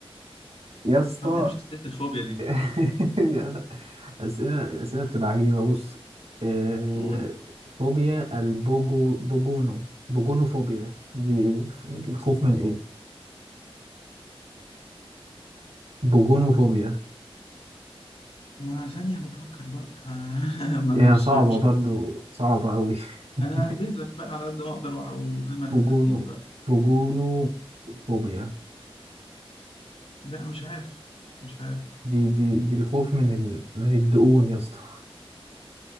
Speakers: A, on the right; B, on the left.
A: يا اسطى
B: ما بحبش أسئلة الفوبيا دي
A: <laughs> اسئلة الاسئلة بتبقى عجيبة بص آه،
B: تقول
A: فوبيا البوجو بوجونو بوجونوفوبيا دي الخوف من ايه بوجونوفوبيا
B: ما ثانية بفكر بقى <laughs> ما أنا ما
A: هي
B: مش
A: صعبة
B: مش
A: برضو
B: حافظ
A: صعبة أوي <laughs>
B: أنا ههبد لك بقى على قد ما أقدر وع- وزي ما الهبدة
A: بوجونو
B: تيجي بقى
A: بوجونوفوبيا
B: لا مش عارف مش عارف
A: دي دي دي الخوف من ال... من الدقون يا اسطى